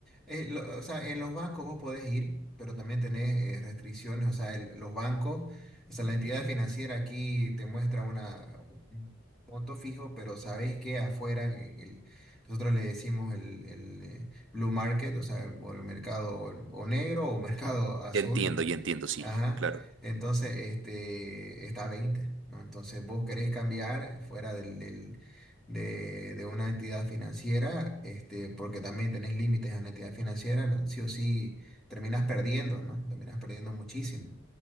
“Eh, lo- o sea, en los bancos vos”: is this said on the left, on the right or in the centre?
Centre